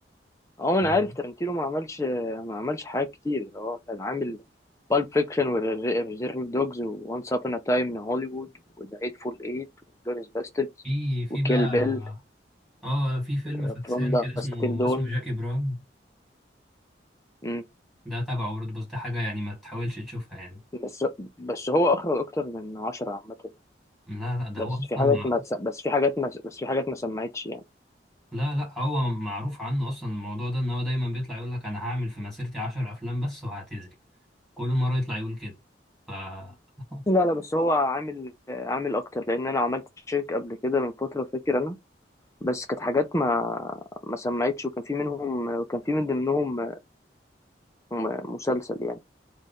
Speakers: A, on the left; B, in the centre.
A: هو
B: مم.
A: انا عارف ترنتينو ما عملش ما عملش حاجات كتير هو كان عامل بالب فيكشن وريزيرف دوجز وانس ابون ا تايم ان هوليوود وذا هيتفول ايت وجلوريس باستردز
B: في في
A: وكيل
B: بقى
A: بيل
B: اه في فيلم
A: وفروم
B: فاكسان
A: داسك
B: كده اسمه
A: تيل دون
B: اسمه جاكي براون
A: مم.
B: ده تبعه برضه بس ده حاجة يعني ما تحاولش تشوفها يعني
A: بس بس هو اخرج اكتر من عشرة عامة يعني.
B: لا لا ده
A: بس
B: هو اصلا
A: في حاجات
B: مع...
A: ما تس- بس في حاجات ما بس في حاجات ما سمعتش يعني
B: لا لا هو معروف عنه اصلا الموضوع ده ان هو دايما بيطلع يقول لك انا هعمل في مسيرتي 10 افلام بس وهعتزل كل مرة يطلع يقول كده ف <laughs>
A: لا لا بس هو عامل عامل اكتر لان انا عملت تشيك قبل كده من فترة فاكر بس كانت حاجات ما ما سمعتش وكان في منهم وكان في من ضمنهم م- مسلسل يعني